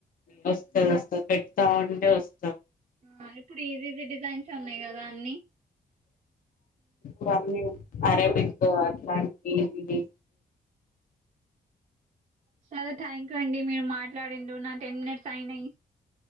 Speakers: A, on the left; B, on the right.
A: వస్తదోస్తది పెడతాఉంటే వస్
B: ఆ ఇప్పుడు ఈసి ఈసి డిజైన్స్యే ఉన్నయ్ కదా అన్నిీ
A: దానివి అరేబిక్ అట్లాంటివి
B: సరే థ్యాంక్ యూ అండి మీరు మాట్లాడింరు నా టెన్ మినిట్స్ అయినయి